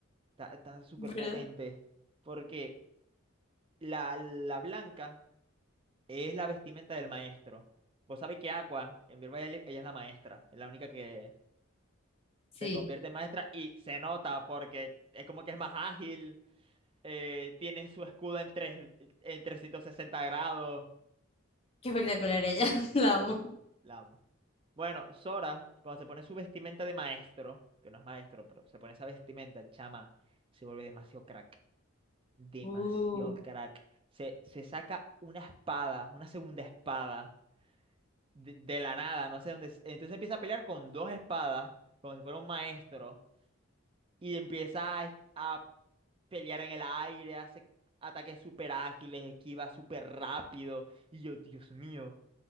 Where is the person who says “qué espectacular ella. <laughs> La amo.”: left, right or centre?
Left